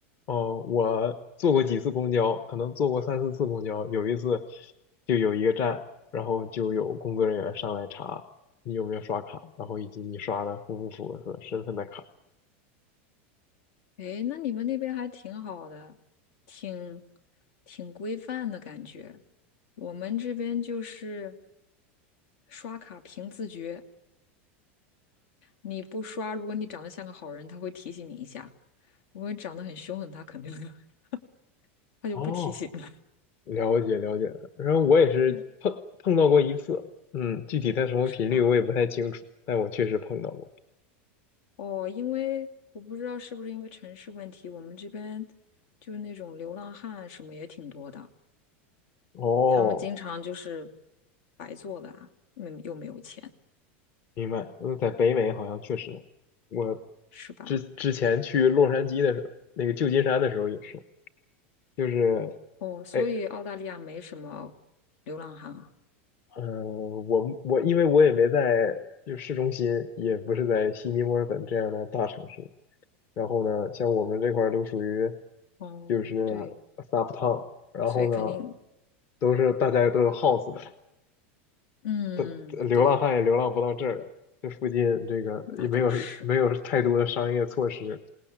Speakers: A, on the left; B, on the left.
A: 哦，我坐过几次公交，可能坐过三四次公交，有一次就有一个站，然后就有工作人员上来查你有没有刷卡，然后以及你刷的符不符合身份的卡。
B: 诶，那你们那边还挺好的，挺挺规范的感觉。我们这边就是刷卡凭自觉，你不刷，如果你长得像个好人，他会提醒你一下；如果你长得很凶狠，他肯定的 <laughs> 他就不提醒了。
A: 哦，了解了解，然后我也是碰碰到过一次，
B: 对，
A: 嗯，具体它什么频率我也不太清楚，
B: 是吧？
A: 但我确实碰到过。
B: 哦，因为我不知道是不是因为城市问题，我们这边就是那种流浪汉什么也挺多的，
A: 哦，
B: 他们经常就是白做的啊，嗯，又没有钱，
A: 明白。嗯，在北美好像确实，我
B: 是吧？
A: 之之前去洛杉矶的时候，那个旧金山的时候也是，就是，
B: 哦，所以澳大利亚没什么流浪汉啊。
A: 哎，嗯、我我因为我也没在就市中心，也不是在悉尼、墨尔本这样的大城市，然后呢，像我们这块儿都属于
B: 哦，
A: 就是
B: 对，
A: 撒不烫，然后呢，
B: 所以肯定，
A: 都是大家都有 house 的，
B: 嗯，
A: 但流浪汉也流浪不到这儿来。
B: 对，
A: 这附近这个也没有没有太多的商业措施，
B: 那倒是，